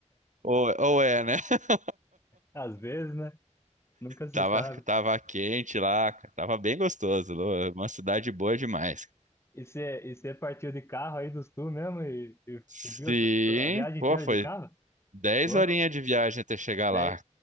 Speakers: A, on the right (about 80°); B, on the left (about 20°).
A: Ou, ou
B: E,
A: é, né? <laughs>
B: às vezes, né? Nunca se
A: Tava,
B: sabe.
A: tava quente lá, cara, tava bem gostoso. Lu, Uma cidade boa demais.
B: E você e você partiu de carro aí do sul mesmo e, e
A: Sim,
B: subiu a, tu- tu- a viagem
A: pô,
B: inteira
A: foi
B: de carro?
A: dez
B: Pô,
A: horinhas de viagem até chegar
B: 10
A: lá.